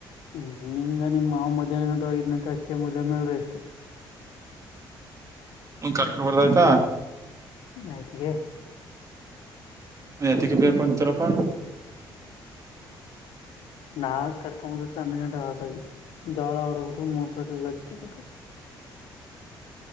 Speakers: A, on the left; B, on the right.
A: ಹ್ಮ್ ಹ್ಮುಇಲ್ಲ ನಿಮ್ ಮಾಮ್ ಮಧ್ಯಾಹ್ನ ಗಂಟ ಹೋಗಿದ್ ನಂತೆ ಅಷ್ಟೇ ಮದುವೆ ಮಾಡಿ.
B: ಕರ್ಕೊಬಾರ್ದ ಆಯ್ತಾ.
A: ನೆತ್ತಿಗೆ
B: ಯಾತಕ್ಕೆ ಬೇಕು ಅಂತಿರಪ್ಪ.
A: ನಾ ಕರ್ಕೊಂಬದೇ ಸಂನ್ಗಂಟ ಹ ಹೋಗಿ. ಜಗಳ ಆಡೋರು ಮುಖ ಕೀಳಕ್ಕೆ ಕಿತಾಕುದ್ರು.